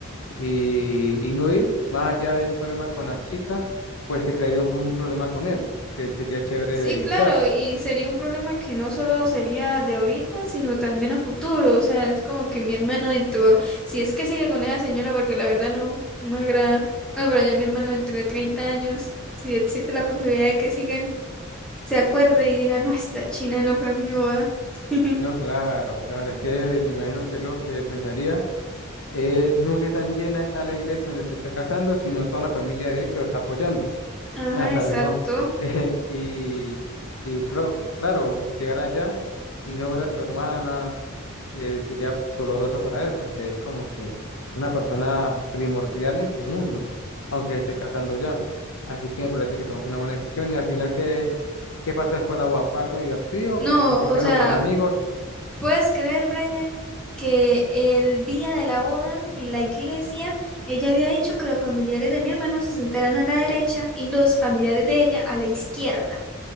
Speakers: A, on the left; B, in the centre.
A: y, y no ir más allá de un problema con la chica, pues te crearía un, un problema con él, que sería chévere
B: Sí,
A: de evitar.
B: claro, y sería un problema que no solo sería de ahorita, sino también a futuro. O sea, es como que mi hermano entró, si es que sigue con esa señora, porque la verdad no, no me agrada. Bueno, pero ya mi hermano dentro de 30 años, si existe la posibilidad de que sigan, se acuerde y diga, no, esta china no fue a mi boda. <laughs>
A: No, claro, claro, es que me imagino que lo que pensaría es no que tan llena está la iglesia donde se está casando, sino toda la familia de él que lo está apoyando.
B: Ajá,
A: Hasta
B: exacto.
A: rimó. <laughs> Eh, y, y creo- claro, llegar allá y no ver a su hermana eh, sería doloroso para él, porque es como que una persona primordial en su mundo, aunque esté casando ya. Así que me parece que tomaste una buena decisión. Y al final, ¿qué, qué pasó después de la boda? ¿Fue algo divertido
B: No,
A: o compartieron
B: o sea,
A: con amigos
B: ¿Puedes creer, Brian, que el día de la boda en la iglesia, ella había dicho que los familiares de mi hermano se sentaran a la derecha y los familiares de ella a la izquierda?